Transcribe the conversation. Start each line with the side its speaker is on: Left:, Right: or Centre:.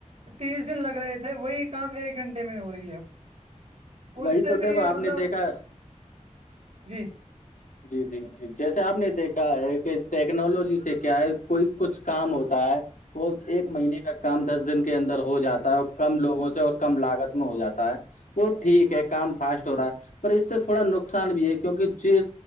Right: تیس دن لگ رہے تھے وہی کام ایک گھنٹے میں ہو رہی ہے اب اس
Left: وہی
Right: سے
Left: تو
Right: بھی
Left: دیکھو آپ
Right: مطلب
Left: نے دیکھا
Right: جی
Left: جی جی جی جیسے آپ نے دیکھا کیا ہے کہ ٹیکنالوجی سے کیا ہے کوئی کچھ کام ہوتا ہے وہ ایک مہینے کا کام دس دن کے اندر
Right: بے
Left: ہو جاتا
Right: روزگار کی
Left: ہے اور کم لوگوں سے اور کم لاگت میں ہو جاتا ہے وہ ٹھیک ہے کام فاسٹ ہو رہا ہے پر اس سے تھوڑا نقصان بھی ہے کیونکہ ج